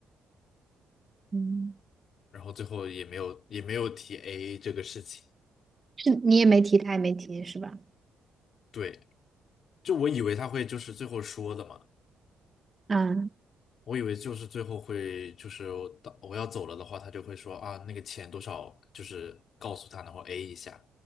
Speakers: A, on the right (about 25°); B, on the left (about 65°).
A: 嗯，
B: 然后最后也没有也没有提 AA 这个事情。
A: 是你也没提，他也没提，是吧？
B: 对，就我以为他会就是最后说的嘛，
A: 啊，
B: 我以为就是最后会就是我到我要走了的话，他就会说啊那个钱多少，就是告诉他，然后 A 一下，